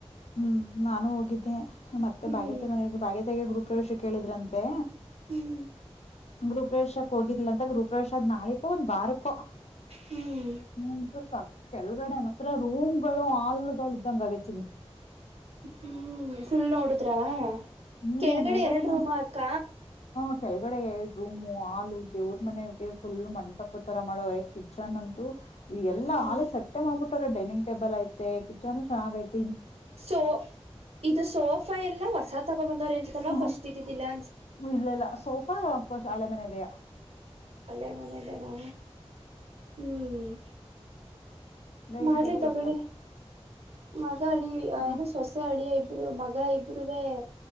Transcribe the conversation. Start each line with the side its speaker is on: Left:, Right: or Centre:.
Left: ಹ್ಮ್ ನಾನು ಹೋಗಿದ್ದೆ ಮತ್ತೆ
Right: ಹ್ಮ್
Left: ಬಾಗ್ಯತೆ ಮನೆಗೆ ಬಾಗ್ಯತೆಗೆ ಗುರು ಪ್ರವೇಶ ಕೇಳಿದ್ರಂತೆ.
Right: ಹ್ಮ್
Left: ಗುರುಪ್ರವೇಶಕ್ಕ ಹೋಗಿದಿಲ್ಲ ಅಂತ ಗರುಪ್ರವೇಶ ನಾಳಗ ಒಂದ್ ವಾರ ಕೊ
Right: ಹ್ಮ್
Left: ಮುನಸ ಕೆಳಗಡೆ ಮಾತ್ರ ರೂಮಗಳು ಹಾಲ್ ಇದ್ದಂಗ ವೆ ಚಿನ್ನಿ.
Right: ಹ್ಮ್ ಫುಲ್ ನೋಡುದ್ರಾ
Left: ಹ್ಮ್
Right: ಕೆಳಗಡೆ
Left: ಮೇಲ್ಗಡೆ
Right: ಎರಡು
Left: ನೋಡ್
Right: ರೂಮ ಅಕ್ಕ
Left: ಹ್ಮ್ ಕೆಳಗಡೆ ಎರಡ ರೂಮು ಹಾಲು ದೇವ್ರ ಮನೆಗೆ ಫುಲ್ ಮಂಟಪ ತರ ಮಾಡೋವರೆ ಕಿಚನ್ ಅಂತೂ ಈ ಎಲ್ಲ
Right: ಹ್ಮ್
Left: ಆಲ ಸಟ್ಟೆ ಮಾಡ್ಬಿಟ್ಟ್ರ ಡೈನಿಂಗ್ ಟೇಬಲ್ ಐತೆ ಕಿಚನ್ ಚೆನ್ನಾಗ ಐತೆ
Right: ಸೋ ಇದು ಸೋಫಾ ಎಲ್ಲ ಹೊಸ ತಗ ಬಂದವ್ರ ಎಂತಲ್ವಾ
Left: ಹ್ಮ್
Right: ಫಸ್ಟ್ ಇದಿದಲಾ
Left: ಇಲ್ಲ ಇಲ್ಲ ಸೋಫಾ ಫಸ್ಟ್ ಹಳೆ ಮನೆ ಇದೆಯಾ
Right: ಅಲ್ಲಿ ಮನೆೆ ಇದೆ ನಾ ಹ್ಮ್
Left: ಡೈನಿಂಗ್
Right: ಮಾಡ್ಲಿ
Left: ಟೇಬಲ್
Right: ತಗೊಳ್ಳಿ
Left: ಹೊಸದು
Right: ಮಗ ಅಳಿ
Left: ಹ್ಮ್
Right: ಏನ ಸೊಸೆ ಅಳಿಯ ಇಬ್ರು ಮಗ ಇಬ್ರೇಗೆ